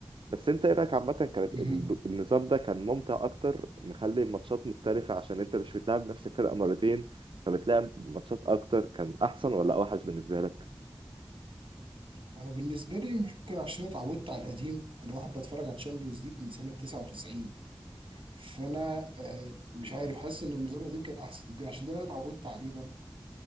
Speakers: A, on the right; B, on the right.
A: بس انت ايه رايك عامه كانت
B: مهم.
A: ال- النظام ده كان ممتع اكتر مخلي الماتشات مختلفه عشان انت مش بتلعب نفس الفرقه مرتين فبتلعب ماتشات اكتر كان احسن ولا اوحش بالنسبه لك
B: انا بالنسبه لي ممكن عشان اتعودت على القديم انا واحد بتفرج على الشامبيونز ليج من سنه 99 فانا آه، مش عارف حاسس ان النظام القديم كان احسن يمكن عشان ده اللي انا اتعودت عليه برضه